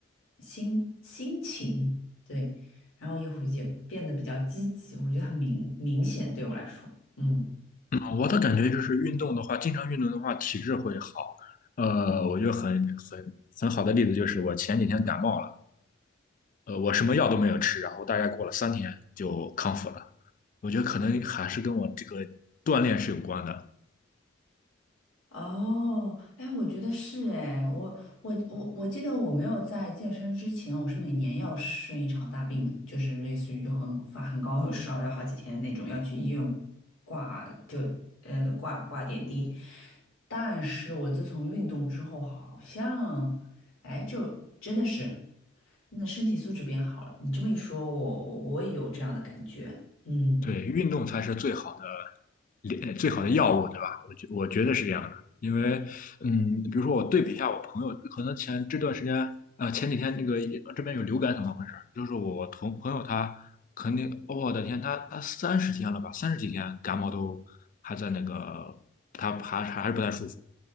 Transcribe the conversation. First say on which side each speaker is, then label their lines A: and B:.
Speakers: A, on the left (about 85°); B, on the left (about 40°).
A: 心心情，对，然后也会变变得比较积极，我觉得很明明显对我来说，嗯。
B: 少。嗯，我的感觉就是运动的话，经常运动的话，体质会好。呃，我觉得很很很好的例子就是我前几天感冒了，呃，我什么药都没有吃，然后大概过了三天就康复了。我觉得可能还是跟我这个锻炼是有关的。
A: 哦，哎，我觉得是哎，我我我我记得我没有在健身之前，我是每年要生一场大病的就是类似于就很发很高的烧，要好几天那种，要去医院挂就呃挂挂点滴。但是我自从运动之后，好像哎，就真的是那身体素质变好了。你这么一说，我我也有这样的感觉，嗯。
B: 对，运动才是最好的最好的药物，对吧？我觉我觉得是这样的，因为嗯，比如说我对比一下我朋友，可能前这段时间啊呃前几天那个这边有流感，怎么回事？就是我同朋友他肯定，我的天，他他三十天了吧，三十几天感冒都还在那个，他还还是不太舒服。